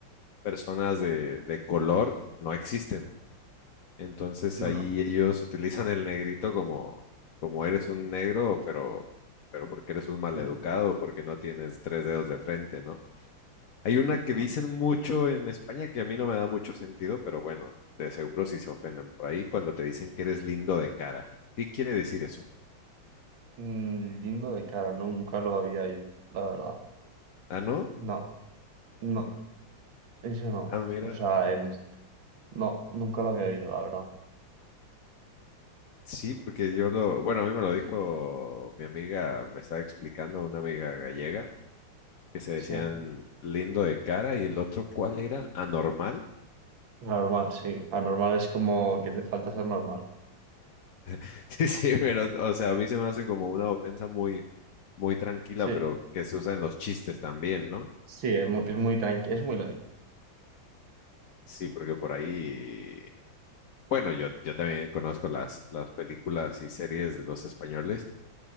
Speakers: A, on the left; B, on the right.
A: personas de, de color no existen. Entonces
B: Sí,
A: ahí
B: ¿no?
A: ellos utilizan el negrito como, como eres un negro, pero, pero porque eres un maleducado,
B: Mm,
A: porque no tienes tres dedos de frente, ¿no? Hay una que
B: claro.
A: dicen mucho en España que a mí no me da mucho sentido, pero bueno, de seguro si se ofenden por ahí cuando te dicen que eres lindo de cara. ¿Qué quiere decir eso?
B: Mm, lindo de cara, nunca lo había ido, la verdad.
A: Ah, ¿no?
B: No, no, eso no.
A: Ah, mira,
B: O sea, en es- no, nunca lo había ido, la verdad.
A: sí, porque yo lo, bueno, a mí me lo dijo mi amiga, me estaba explicando una amiga gallega, que se decían
B: Sí,
A: lindo de cara y el otro, ¿cuál era? Anormal.
B: anormal, sí. Anormal es como que te falta ser normal.
A: <laughs> Sí, sí, pero, o sea, a mí se me hace como una ofensa muy, muy tranquila,
B: Sí,
A: pero que se usa en los chistes también, ¿no?
B: sí, es muy, es muy tranqui, es muy light.
A: Sí, porque por ahí, bueno, yo, yo también conozco las, las películas y series de los españoles,